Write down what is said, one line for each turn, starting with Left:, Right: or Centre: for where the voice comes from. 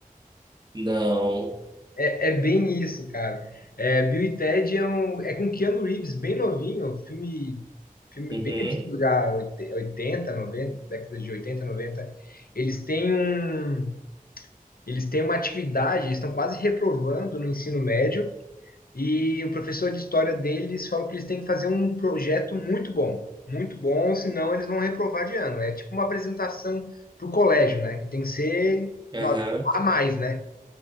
Right: Não.
Left: É, é bem isso, cara. É, Bill e Ted é, um, é com Keanu Reeves, bem novinho, um filme, filme
Right: Uhum.
Left: bem antigo já, oit- 80 90 décadas de 80 noventa Eles têm um, eles têm uma atividade, eles estão quase reprovando no ensino médio E o professor de história deles falou que eles têm que fazer um projeto muito bom, muito bom, senão eles vão reprovar de ano. É tipo uma apresentação para o colégio, né? Tem que ser
Right: Aham.
Left: nota a mais, né?